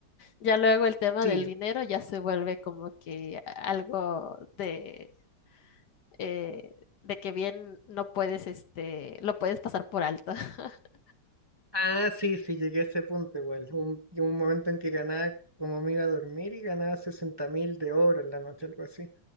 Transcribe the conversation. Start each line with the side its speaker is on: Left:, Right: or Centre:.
Left: Ya luego el tema
Right: Sí,
Left: del dinero ya se vuelve como que algo de, eh, de que bien no puedes, este, lo puedes pasar por alto. <laughs>
Right: ah, sí, sí, llegué a ese punto igual. Un, llegó un momento en que ganaba como me iba a dormir y ganaba sesenta mil de oro en la noche, algo así,